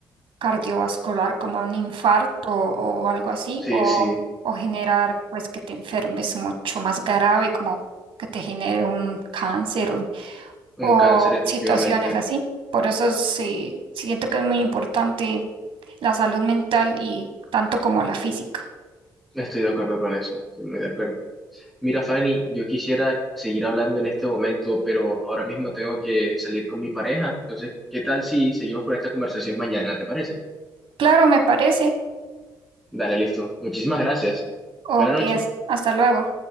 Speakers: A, on the right; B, in the centre.
A: cardiovascular como un infarto o algo así,
B: Sí,
A: o,
B: sí,
A: o generar pues que te enfermes mucho más grave, como que te genere un cáncer.
B: un
A: o
B: cáncer, efectivamente.
A: situaciones así. Por eso sí, siento que es muy importante la salud mental y tanto como la física.
B: Estoy de acuerdo con eso, estoy muy de acuerdo. Mira, Fanny, yo quisiera seguir hablando en este momento, pero ahora mismo tengo que salir con mi pareja. Entonces, ¿qué tal si seguimos con esta conversación mañana? ¿Te parece?
A: Claro, me parece.
B: Dale, listo. Muchísimas gracias.
A: Ok,
B: Buenas noches.
A: hasta luego.